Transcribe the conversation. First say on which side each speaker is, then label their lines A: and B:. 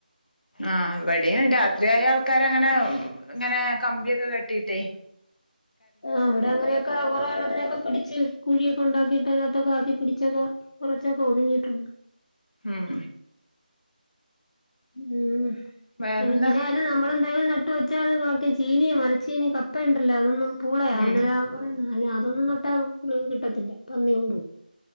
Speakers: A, on the left; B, on the left.
A: ആഹ ഇവിടെയും രാത്രിയായ ആൾക്കാര്അങ്ങനെ ഇങ്ങനെ കമ്പിയൊക്കെ കെട്ടീട്ട്
B: ആ അവിടെ അങ്ങനെയൊക്കെ കൊറെ അങ്ങനൊക്കെ പിടിച്ച് കുഴിയൊക്കെ ഉണ്ടാക്കിയിട്ട് അതിനകത്തൊക്കെ ആക്കി പിടിച്ചൊക്കെ കുറച്ചൊക്കെ ഒതുങ്ങിട്ടുണ്ട്
A: ഉം
B: ഉം
A: വേറെന്താ
B: എങ്ങനെയാലും നമ്മൾ എന്തായാലും നട്ട്- എന്നുവച്ചാൽ ചീനി മരച്ചിനി കപ്പയുണ്ടല്ലോ അതൊന്നും പൂളയാ
A: ഉം
B: എന്ത് യാ- അതെ അതൊന്നും നട്ട ഫുൾ കിട്ടത്തില്ല പന്നി ഉണ്ട്